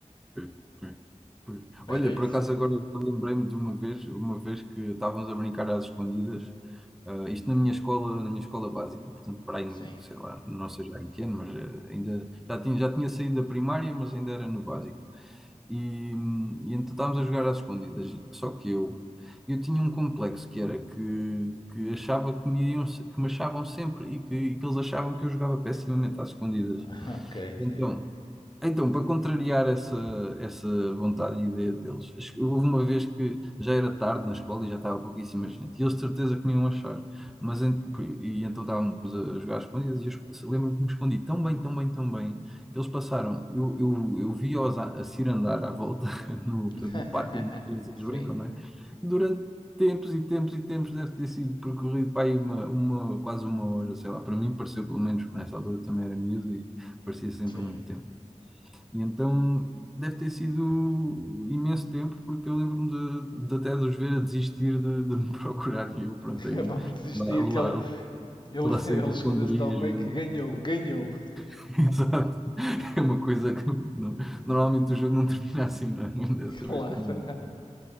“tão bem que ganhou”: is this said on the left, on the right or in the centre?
Left